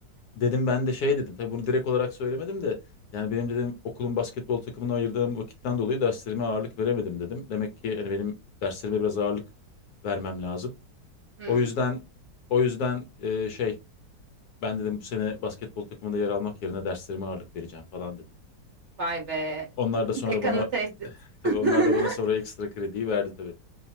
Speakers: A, on the left (about 70°); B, on the right (about 50°).
A: Dedim ben de şey dedim. Tabii bunu direkt olarak söylemedim de yani benim dedim okulun basketbol takımına ayırdığım vakitten dolayı derslerime ağırlık veremedim dedim. Demek ki hani benim derslerime biraz ağırlık vermem lazım.
B: <laughs> Hı.
A: O yüzden o yüzden e, şey ben dedim bu sene basketbol takımında yer almak yerine derslerime ağırlık vereceğim falan dedim.
B: Vay be.
A: Onlar da sonra
B: Dekanı
A: bana
B: tehdit.
A: tabii
B: <laughs>
A: onlar da bana sonra ekstra krediyi verdi